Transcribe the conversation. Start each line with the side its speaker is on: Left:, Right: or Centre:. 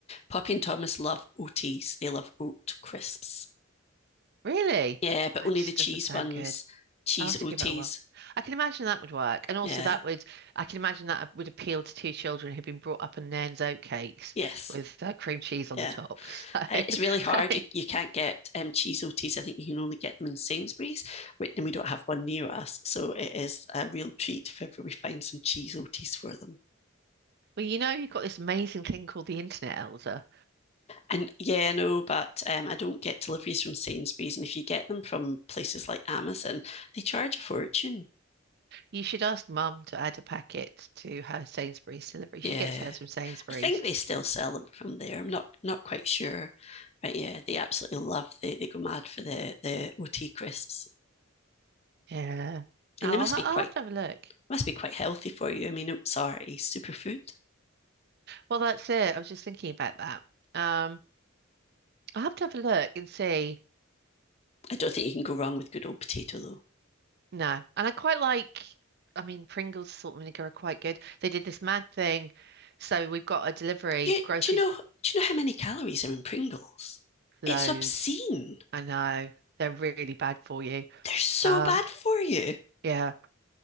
Left: poppy and thomas love oats they love oat crisps
Right: really,
Left: yeah but
Right: that
Left: only
Right: just
Left: the cheese
Right: doesn't sound
Left: ones
Right: good.
Left: cheese
Right: I'll have to
Left: oats
Right: give it a whirl. I can imagine that would work. And also
Left: yeah
Right: that would, I can imagine that would appeal to two children who've been brought up on Nairn's oatcakes
Left: yes
Right: with uh, cream cheese
Left: yeah
Right: on the top. So,
Left: it's really hard.
Right: <laughs>
Left: You, you can't get um, cheese OTs. I think you can only get them in Sainsbury's, which, and we don't have one near us. So it is a real treat if ever we find some cheese OTs for them.
Right: well, you know, you've got this amazing thing called the Internet Elsa.
Left: And yeah, I know, but um, I don't get deliveries from Sainsbury's. And if you get them from places like Amazon, they charge a fortune.
Right: You should ask Mum to add a packet to her Sainsbury's delivery. She
Left: Yeah.
Right: gets hers from Sainsbury's.
Left: I think they still sell them from there. I'm not not quite sure. But yeah, they absolutely love they they go mad for the the OT crisps.
Right: Yeah.
Left: And
Right: I'll,
Left: they must
Right: ha-
Left: be quite
Right: I'll have to have a look.
Left: must be quite healthy for you. I mean, oats are a superfood.
Right: Well, that's it. I was just thinking about that. Um, I'll have to have a look and see.
Left: I don't think you can go wrong with good old potato though.
Right: No. And I quite like, I mean, Pringles salt vinegar are quite good. They did this mad thing. So we've got a delivery,
Left: You
Right: groceries
Left: do you know do you know how many calories are in Pringles?
Right: loads.
Left: It's obscene.
Right: I know. They're really bad for you.
Left: They're so
Right: Um,
Left: bad for you.
Right: yeah.